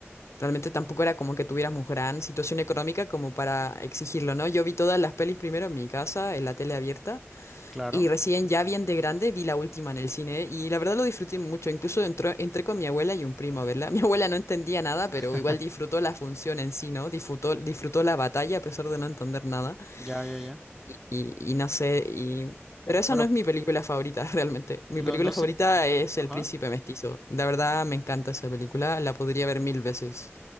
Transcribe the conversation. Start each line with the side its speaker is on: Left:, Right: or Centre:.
Left: Realmente tampoco era como que tuviéramos gran situación económica como para exigirlo, ¿no? Yo vi todas las pelis primero en mi casa, en la tele abierta,
Centre: Claro.
Left: y recién ya bien de grande vi la última en el cine, y la verdad lo disfruté mucho. Incluso entró- entré con mi abuela y un primo a verla. <laughs> Mi abuela no entendía nada, pero
Centre: <laughs>
Left: igual disfrutó la función en sí, ¿no? Disfrutó, disfrutó la batalla a pesar de no entender nada
Centre: Ya, ya, ya.
Left: y, y no sé, y... Pero esa
Centre: Bueno,
Left: no es mi película favorita <laughs> realmente. Mi
Centre: no,
Left: película
Centre: no sé.
Left: favorita es
Centre: Ajá.
Left: El Príncipe Mestizo. La verdad me encanta esa película, la podría ver mil veces.